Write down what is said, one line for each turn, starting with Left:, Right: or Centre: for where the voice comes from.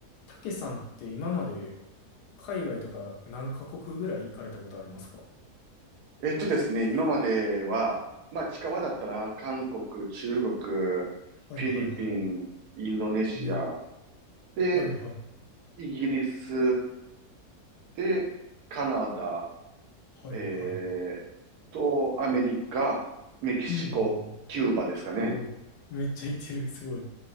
Left: たけさんって今まで海外とか何カ国ぐらい行かれたことありますかは
Right: えっとですね、今までは、まあ近場だったら韓国、中国、
Left: いはいは
Right: フィリピン、インドネシア、
Left: い。ね、
Right: で、
Left: はいはい
Right: イギリス、で、カナダ、
Left: はいはい。
Right: えーと、アメリカ、メキシコ、
Left: うんうん。
Right: キューバですかね。
Left: おお、めっちゃ行ってる、すごい。